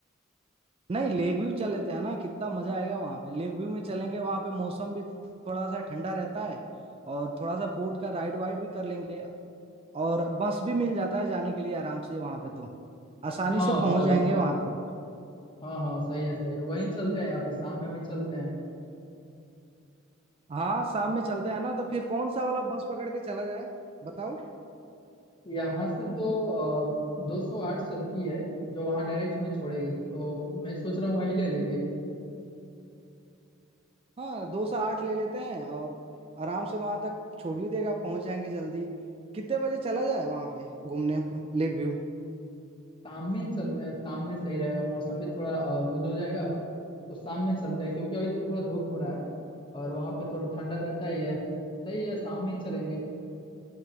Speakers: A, on the right; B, on the left.
A: नहीं लेक व्यू चल लेते हैं ना कितना मजा आएगा वहाँ पे लेक व्यू में चलेंगे वहाँ पे मौसम भी थोड़ा सा ठंडा रहता है और थोड़ा सा बोट का राइड वाइड भी कर लेंगे और बस भी मिल जाता है जाने के लिए आराम से वहाँ पे तो आसानी
B: हाँ
A: से पहुंच
B: वही
A: जाएंगे वहां पर
B: हाँ हाँ सही है सही है वहीं चलते हैं या फिर शाम में वहीं चलते हैं
A: हाँ शाम में चलते हैं ना तो फिर कौन सा वाला बस पकड़ के चला जाए बताओ
B: यहाँ से तो दो सौ आठ चलती है जो वहाँ डायरेक्ट हमें छोड़ेगी तो मैं सोच रहा हूँ वही ले लेंगे
A: हाँ दो से आठ ले लेते हैं और आराम से वहां तक छोड़ भी देगा पहुंच जाएंगे जल्दी कितने बजे चला जाए वहां पे घूमने लेक व्यू
B: शाम में ही चलते हैं शाम में सही रहेगा मौसम भी थोड़ा लूज हो जाएगा तो शाम में चलते हैं क्योंकि अभी थोड़ा धूप हो रहा है और वहाँ पे थोड़ा ठंडा रहता ही है सही है शाम में ही चलेंगे